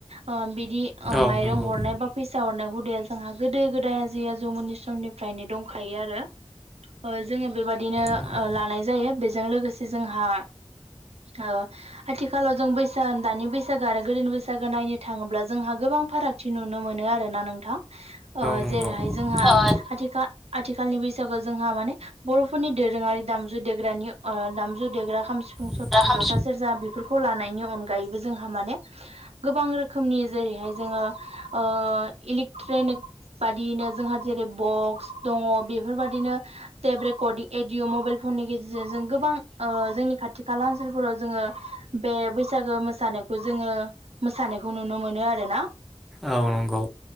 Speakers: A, on the right; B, in the centre.
A: ओ माइरं
B: औ नंगौ
A: हरनाय बा फैसा हरनाय जोंहा गोदो गोदाय आजै आजौ मोननि समनिफ्रायनो दंखायो आरो ओ जोङो बेबादिनो
B: औ
A: ओ लानाय जायो बेजों लोगोसे जोंहा ओ आथिखालाव जों बैसाग दानि बैसागो आरो गोदोनि बैसागो नायनो थाङोब्ला जोंहा गो गोबां फारागथि नुनो मोनो आरोना नोंथां। ओ
B: नंगौ।
A: जेरैहाय जोंहा
B: ओ
A: आथिखा आथिखालनि बैसागु जोंहा माने बर'फोरनि दोरोङारि दामजु देग्रानि दामजु देग्रा खाम जथा
B: जेब्ला खाम
A: सेेरजा बे बेफोरखौ लानायनि अनगायैबो जोंहा माने गोबां रोखोमनि जेरैहाय जोङो ओ इलेक्ट्रनिक बादियैनो जोंहा जेरै बक्स दङ बेफोरबादिनो टेब रेकर्डिं एडिअ मबाइल फननि गेजेरजों जों गोबां ओ जोंनि खाथि खाला ओनसोलफोराव जोङो बे बैसागो मोसानायखौ जोङो मोसानायखौ नुनो मोनो आरोना
B: औ नंगौ